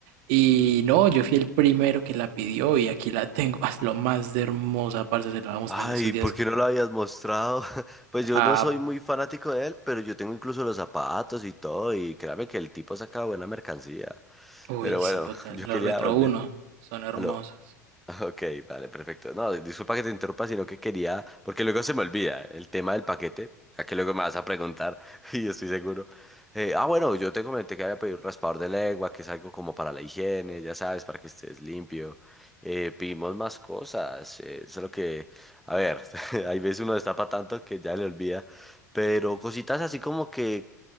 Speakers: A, on the right; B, in the centre.
A: Y no, yo fui el primero que la pidió y aquí la tengo. <laughs> Es lo más de hermosa, parce, se la vamos a
B: Ay,
A: dar en estos
B: ¿por
A: días.
B: qué no lo habías mostrado? <laughs> Pues yo
A: Ah,
B: no soy muy fanático de él, pero yo tengo incluso los zapatos y todo, y créame que el tipo saca buena mercancía.
A: uy,
B: Pero
A: sí,
B: bueno,
A: total,
B: <laughs> yo
A: los
B: quería
A: Retro
B: volver
A: uno son hermosos.
B: a lo <laughs> Ok, vale, perfecto. No, disculpa que te interrumpa, sino que quería, porque luego se me olvida el tema del paquete, ya que luego me vas a preguntar <laughs> y estoy seguro. Eh, ah, bueno, yo te comenté que había pedido un raspador de lengua, que es algo como para la higiene, ya sabes, para que estés limpio. Eh, pedimos más cosas, eh, solo que, a ver, <laughs> hay veces uno destapa tanto que ya le olvida, pero cositas así como que,